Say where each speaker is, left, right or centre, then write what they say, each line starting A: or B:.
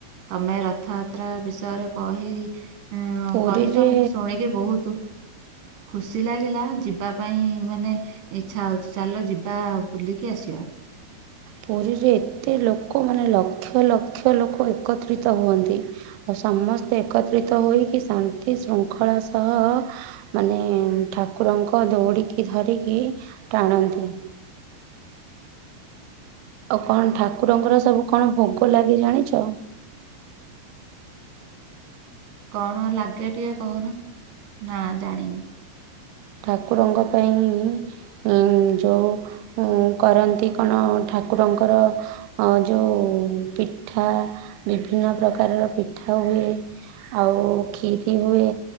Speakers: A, on the right; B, on the right.
A: ତମେ ରଥଯାତ୍ରା ବିଷୟରେ କହି ହଁ
B: ପୁରୀରେ
A: କହିଲ ମତେ ଶୁଣିକି ବୋହୁତୁ ଖୁସି ଲାଗିଲା ଯିବା ପାଇଁ ମାନେ ଇଛା ହଉଚ ଚାଲ ଯିବା ବୁଲିକି ଆସିବା।
B: ପୁରୀରେ ଏତେ ଲୋକ ମାନେ ଲକ୍ଷ ଲକ୍ଷ ଲୋକ ଏକତ୍ରିତ ହୁଅନ୍ତି। ଆଉ ସମସ୍ତେ ଏକତ୍ରିତ ହୋଇକି ଶାନ୍ତି ଶୃଙ୍ଖଳା ସହ ମାନେ ଠାକୁରଙ୍କ ଦୌଡ଼ିକି ଧରିକି ଟାଣନ୍ତି। ଆଉ କଣ ଠାକୁରଙ୍କର ସବୁ କଣ ଭୋଗ ଲାଗେ ଜାଣିଚ?
A: କଣ ଲାଗେ ଟିକେ କହୁନ ନା ଜାଣିନି।
B: ଠାକୁରଙ୍କ ପାଇଁ ଇଁ ଯୋଉ ଉଁ କରନ୍ତି କଣ ଠାକୁରଙ୍କର ଆଁ ଯୋଉଁ ପିଠା ବିଭିନ୍ନ ପ୍ରକାରର ପିଠା ହୁଏ। ଆଉ କ୍ଷୀରି ହୁଏ